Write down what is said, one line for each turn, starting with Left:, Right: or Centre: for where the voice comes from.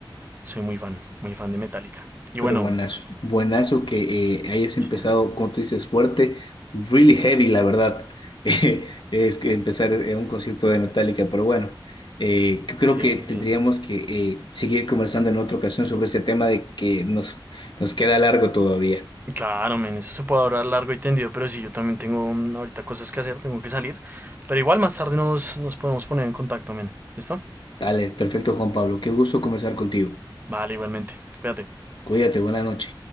Right: soy muy fan, muy fan de Metallica. Y
Left: Pero
Right: bueno,
Left: buenazo, buenazo que eh, hayas empezado,
Right: sí,
Left: como tú dices, fuerte, really heavy, la verdad. <laughs> Eh, es que empezar eh, un concierto de Metallica, pero bueno, eh, yo creo
Right: sí,
Left: que
Right: sí,
Left: tendríamos
Right: sí.
Left: que eh, seguir conversando en otra ocasión sobre ese tema de que nos, nos queda largo todavía.
Right: Claro, men, eso se puede hablar largo y tendido, pero sí, yo también tengo mm, ahorita cosas que hacer, tengo que salir. Pero igual más tarde nos, nos podemos poner en contacto, men. ¿Listo?
Left: Dale, perfecto, Juan Pablo. Qué gusto conversar contigo.
Right: Vale, igualmente. Cuídate.
Left: Cuídate, buena noche.